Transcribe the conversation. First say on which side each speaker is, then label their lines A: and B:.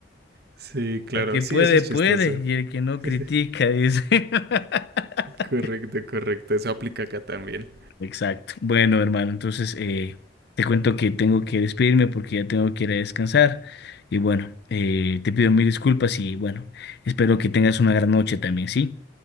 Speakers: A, on the right; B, on the left.
A: Sí, claro,
B: el que puede,
A: sí, eso es
B: puede,
A: chistoso.
B: y el que no critica,
A: <laughs>
B: dice. <laughs>
A: Correcto, correcto, eso aplica acá también.
B: Exacto. Bueno, hermano, entonces eh, te cuento que tengo que despedirme porque ya tengo que ir a descansar. Y bueno, eh, te pido mil disculpas y bueno, espero que tengas una gran noche también, ¿sí?